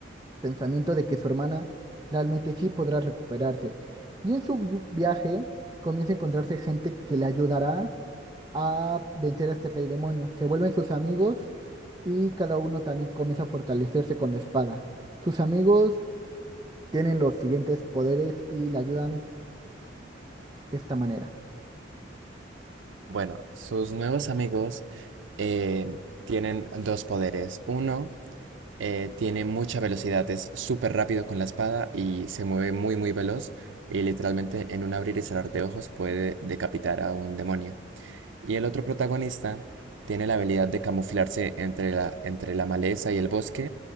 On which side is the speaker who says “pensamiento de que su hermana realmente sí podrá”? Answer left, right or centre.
Right